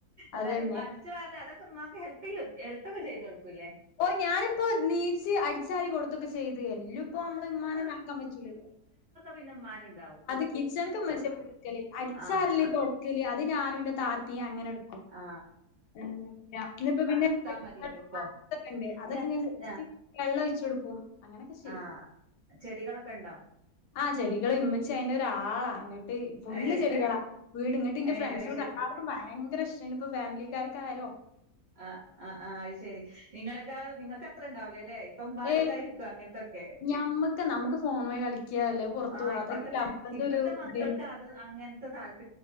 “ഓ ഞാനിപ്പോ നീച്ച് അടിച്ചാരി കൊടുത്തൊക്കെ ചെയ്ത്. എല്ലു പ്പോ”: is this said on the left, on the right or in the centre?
Left